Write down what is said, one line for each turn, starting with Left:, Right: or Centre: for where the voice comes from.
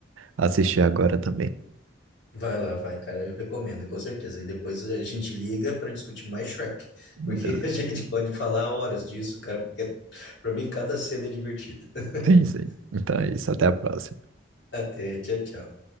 Right: assistir agora também.
Left: Vai lá, vai, cara. Eu recomendo, com certeza. E depois a gente liga para discutir mais Shrek,
Right: Beleza.
Left: porque <laughs> a gente pode falar horas disso, cara, porque para mim cada cena é divertida. <laughs>
Right: Sim, sim. Então é isso. Até a próxima.
Left: Até, tchau, tchau.